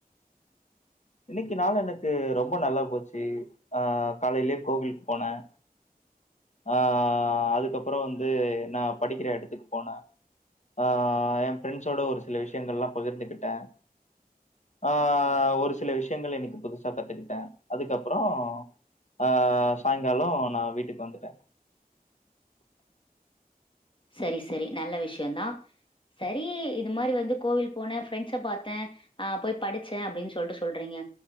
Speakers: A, on the left; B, on the left.
A: இன்னைக்கு நாளுஎனக்கு ரொம்ப நல்லா போச்சு அஹ் காலையிலயே கோவிலுக்கு போனேன் ஆஹ் அதுக்கப்புறம் வந்து நான் படிக்கிற இடத்துக்கு போனேன் ஆஹ் என் பிரெண்ட்ஸோட ஒரு சில விஷயங்கள் எல்லாம் பகிர்ந்துகிட்டேன் ஆஹ் ஒரு சில சில விஷயங்கள் இன்னைக்கு புதுசா கத்துக்கிட்டேன் அதுக்கப்புறம் ஆஹ் சாயங்காலம் நான் வீட்டுக்கு வந்துட்டேன்
B: செரி செரி நல்ல விஷயம் தான் செரி இது மாதிரி வந்து கோவில் போனேன் ஃப்ரெண்ட்ஸ பார்த்தேன் ஆஹ் போய் படிச்சேன் அப்படின்னு சொல்லிட்டு சொல்றீங்க